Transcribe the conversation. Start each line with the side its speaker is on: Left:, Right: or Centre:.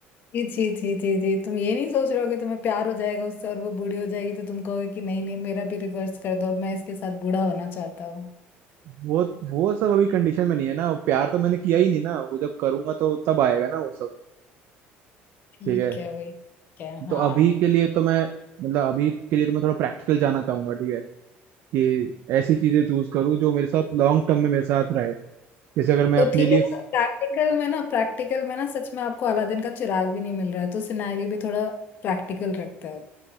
Left: जी जी जी जी जी तुम ये नहीं सोच रहे हो कि तुम्हें प्यार हो जाएगा उससे और वो बूढ़ी हो जाएगी तो तुम कहोगे कि नहीं नहीं मेरा भी रिवर्स कर दो अब मैं इसके साथ बूढ़ा होना चाहता हूँ
Right: वो वो सब अभी कंडीशन में नहीं है ना प्यार तो मैंने किया ही नहीं ना वो जब करूंगा तो तब आएगा ना वो सब
Left: ठीक
Right: ठीक है
Left: है भाई ठीक है हाँ
Right: तो अभी के लिए तो मैं मतलब अभी के लिए तो मैं थोड़ा प्रैक्टिकल जाना चाहूंगा ठीक है कि ऐसी चीजें चूज करूँ जो मेरे साथ लॉन्ग टर्म में मेरे साथ रहे जैसे अगर
Left: तो
Right: मैं अपने
Left: ठीक
Right: लिए
Left: है प्रैक्टिकल में ना प्रैक्टिकल में ना सच में आपको अलादीन का चिराग भी नहीं मिल रहा है तो सिनेरियो भी थोड़ा प्रैक्टिकल रखता है